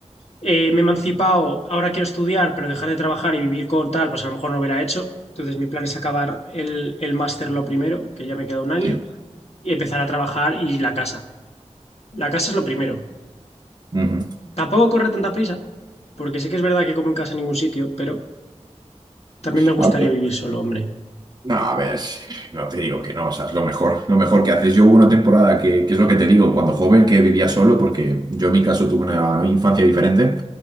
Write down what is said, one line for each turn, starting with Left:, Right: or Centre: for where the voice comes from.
Left: eh, me he emancipado, ahora quiero estudiar, pero dejar de trabajar y vivir con tal, pues a lo mejor no lo hubiera hecho. Entonces mi plan es acabar el, el máster lo primero, que ya me queda un año,
Right: Sí.
Left: y empezar a trabajar y la casa. La casa es lo primero.
Right: Ujú.
Left: Tampoco corre tanta prisa, porque sí que es verdad que como en casa en ningún sitio, pero también me gustaría
Right: A ver,
Left: vivir solo, hombre.
Right: No, a ver, si- no te digo que no, o sea, es lo mejor, lo mejor que haces. Yo hubo una temporada que, que es lo que te digo, cuando joven que vivía solo, porque yo en mi caso tuve una infancia diferente,